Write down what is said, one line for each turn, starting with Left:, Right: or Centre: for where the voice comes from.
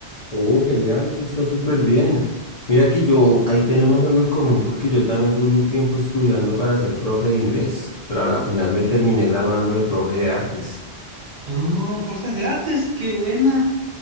Left: Oh, genial, eso está súper bien. Mira que yo, ahí tenemos algo en común porque yo también duré un tiempo estudiando para ser profe de inglés, pero a la final me terminé graduando de profe de artes.
Right: Oh, profe de artes, qué buena.